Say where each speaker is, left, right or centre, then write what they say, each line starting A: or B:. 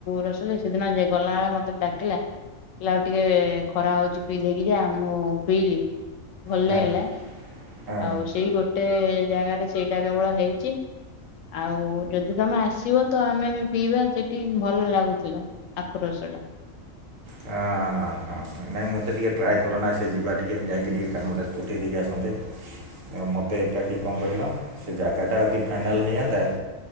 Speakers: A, on the left; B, on the right.
A: ରସ ସେଦିନ ଗଲାବେଳେ ମତେ ଡା ିଲ <inaudible> ହେ ଆଉ ଟିକେ ଖରା ହଉଛି ପିଇଧେଇକି ଯା ମୁଁ ପିଇଲି ଭଲ
B: ହଁ
A: ଲାଗିଲା
B: ହଁ
A: ଆଉ ସେଇ ଗୋଟେ ଜାଗାରେ ସେଇଟା କେବଳ ହେଇଛି ଆଉ ଯଦି ତମେ ଆସିବ ତ ଆମେ ବି ପିଇବା ସେଠି ଭଲ ଲାଗୁଥିଲା ଆକ୍ରୋଶ ଟା
B: ହଁ ହଁ ହଁ ନାଇଁ ମୋତେ ଟିକିେ ଟ୍ରାଏ କରନା ସେ ଯିବା ଟିକିେ ଯାଇକି ଟିକେ କାମଟା ଚୁଟିାଇ ଦେଇକି ଆସନ୍ତେ ଆ ମୋତେ ଏକାଠି କଣ କହିଲ ସେ ଜାଗାଟା ଯଦି ଫାଇନାଲ୍ ହେଇଯାନ୍ତା